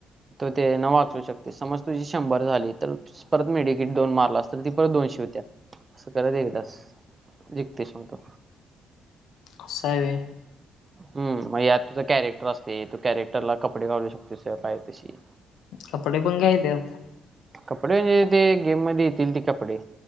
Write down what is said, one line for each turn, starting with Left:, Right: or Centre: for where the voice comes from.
Right: तू त्या हेन वाचवू शकतेस समज तुझी शंभर झाली. तर परत मेडिकिट दोन मारलास तर ती परत दोनशे होत्यात असं करत एकदाच. जिकतयस मग तू
Left: आस हाय व्हय.
Right: हम मग यात तुझं कॅरेक्टर असतय तू कॅरेक्टरला कपडे घालू शकतोस तुला पाहिजे तशी.
Left: कपडे पण घ्यायच त्याच्यात.
Right: कपडे म्हणजे ते गेम मध्ये येतील ती कपडे.